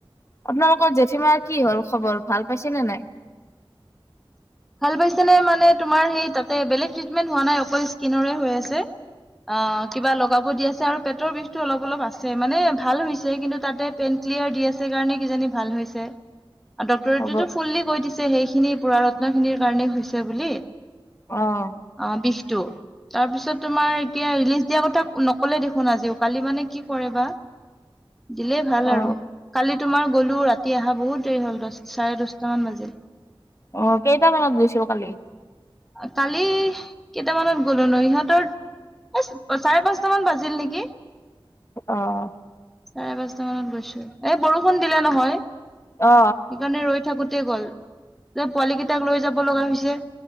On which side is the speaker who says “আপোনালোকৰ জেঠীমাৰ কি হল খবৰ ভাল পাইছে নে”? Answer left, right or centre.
Left